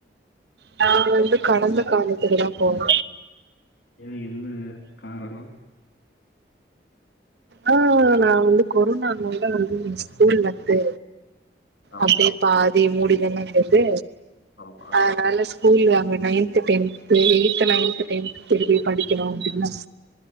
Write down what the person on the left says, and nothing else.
ஏன் என்ன காரணம்
ஆமா
ஆமா